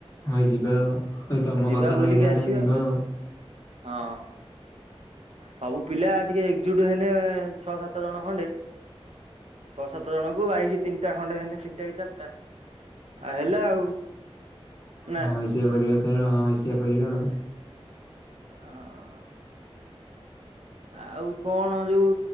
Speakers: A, on the left; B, on the right.
A: ହଇ ଯିବା ଆଉ ଏ ତମ
B: ଯିବା
A: କଥା
B: ବୁଲିକି
A: ରହିଲା
B: ଆସିବା
A: ତନେ ଯିବା ଆଉ
B: ହଁ। ସବୁ ପିଲା ଟିକେ ଏକଜୁଟ ହେଲେେ ଛଅ ସାତ ଜଣ ଖଣ୍ଡେ ଛଅ ସାତ ଜଣଙ୍କୁ ବାଇକି ତିନିଟା ଖଣ୍ଡେ ହେଲେ ତିନିଟା କି ଚାରିଟା ଆଉ ହେଲା ଆଉ ନା।
A: ହଁ ଏ ସେଆ କରିବା ତାର ହଁ ଆ କରିବା ଆଉ
B: ଆଁ ଆଉ କଣ ଯୋଉ